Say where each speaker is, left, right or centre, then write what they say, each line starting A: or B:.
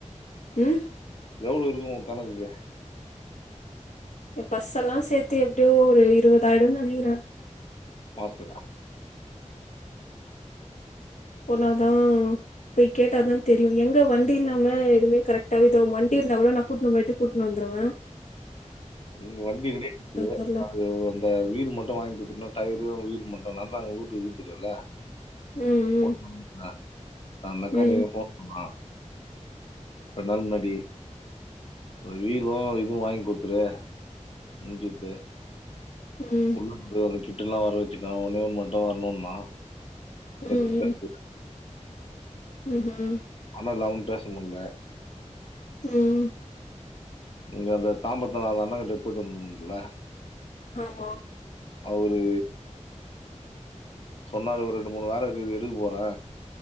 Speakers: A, on the left; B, on the left.
A: ம்
B: எவ்ளோ இருக்கு ஒ கணக்குக்கு
A: எ பஸ் எல்லா சேத்து எப்டியோ ஒரு இருவதாயிடுனு நினக்கிறே
B: மாஸ்த்துக்கா
A: போனாதா போய் கேட்டா தா தெரியு எங்க வண்டி இல்லாம எதுமே கரெக்டா வே எதா வண்டி இருந்தா கூட நா கூட்னு போயிட்டு கூட்னு வந்துடுவே
B: இ வண்டி ரெடி <unintelligible>
A: தெர்ல
B: அந்த வீடு மட்டும் வாங்கி குடுத்துட்னா டயரு வீடு மட்டு நா தா ஊட்ட வித்துடேல
A: ம்
B: போன் <unintelligible> அந்த அக்காக்கு
A: ம்
B: போன் பண்ணா கொன்நாளுக் முன்னாடி அந்த வீடு இதுவு வாங்கி குடுத்துரு முஞ்சுது
A: ம்
B: உள்ள <unintelligible> கிட்ட எல்லா வர வச்சுட்டே உனே ஒன்னு மட்டா வரணுனா
A: ம்
B: <unintelligible>
A: ம் ஹீம்
B: நல்லாவு பேச முல்ல
A: ம்
B: இங்க அந்த தாம்பத்தா அந்த அண்ண டு புடியும்ம்ல
A: ஆமா
B: அவரு சொன்னாரு ஒரு ரெண்டு மூணு வேல இருக்குது எடுக்க போறே